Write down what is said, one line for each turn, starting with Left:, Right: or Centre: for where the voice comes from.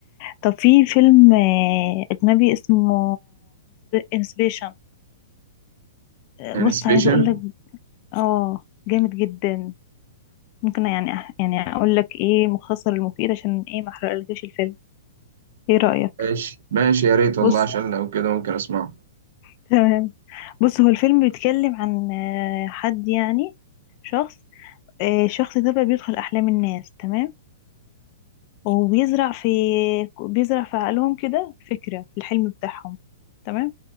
Left: طب في فيلم آه، اجنبي اسمه انسبيشن
Right: يعني
Left: بص
Right: سبيشال
Left: عايزه اقول لك اه جامد جدا ممكن يعني أح- يعني اقول لك ايه مختصر المفيد عشان ايه ما احرقلكش الفيلم ايه رايك
Right: ماشي ماشي يا ريت والله
Left: بص
Right: عشان لو كده ممكن اسمعه
Left: تمام بص هو الفيلم بيتكلم عن آه، حد يعني شخص آه، الشخص ده بقى بيدخل احلام الناس تمام وبيزرع في بيزرع في عقلهم كده فكرة في الحلم بتاعهم تمام